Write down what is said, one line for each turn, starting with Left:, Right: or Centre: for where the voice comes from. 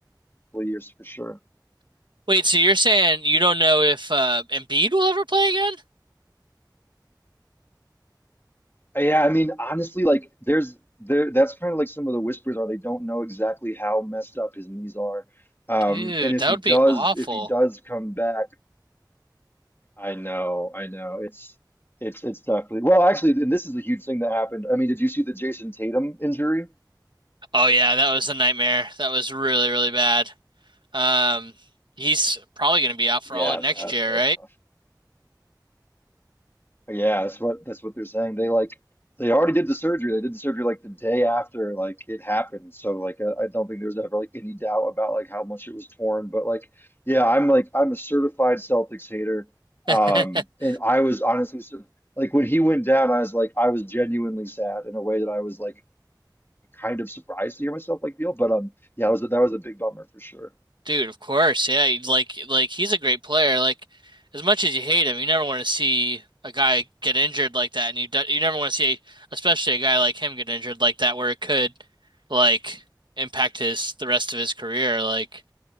Left: of years for sure.
Right: Wait, so you're saying you don't know if uh, Embiid will ever play again?
Left: Yeah, I mean honestly, like there's there that's kind of like some of the whispers are they don't know exactly how messed up his knees are. Um,
Right: Dude,
Left: and if
Right: that
Left: he
Right: would
Left: does,
Right: be awful.
Left: if he does come back. I know, I know. It's it's it's definitely well, actually, and this is a huge thing that happened. I mean, did you see the Jason Tatum injury?
Right: Oh yeah, that was a nightmare. That was really, really bad. Um, he's probably going to be out for
Left: Yeah,
Right: all of next
Left: that
Right: year,
Left: that was tough. yeah, that's what that's what they're saying. They like they already did the surgery. They did the surgery like the day after like it happened. So like I, I don't think there's ever like any doubt about like how much it was torn. But like yeah, I'm like I'm a certified Celtics hater.
Right: right?
Left: Um,
Right: <laughs>
Left: and I was honestly sur- like when he went down, I was like I was genuinely sad in a way that I was like. kind of surprised to hear myself like Neil, but um, yeah, that was a, that was a big bummer for sure.
Right: Dude, of course, yeah. You'd like like he's a great player. Like as much as you hate him, you never want to see a guy get injured like that, and you do, you never want to see, especially a guy like him get injured like that, where it could like impact his the rest of his career. Like